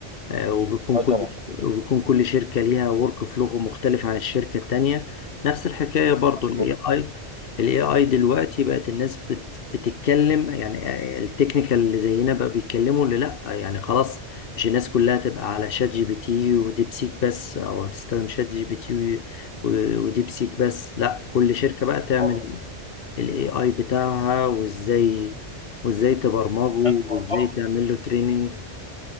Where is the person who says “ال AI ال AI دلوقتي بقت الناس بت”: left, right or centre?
Left